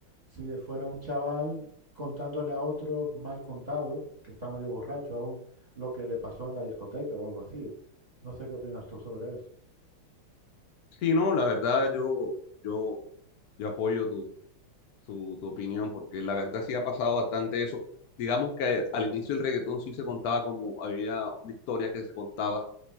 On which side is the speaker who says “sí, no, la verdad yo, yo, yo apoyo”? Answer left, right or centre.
Left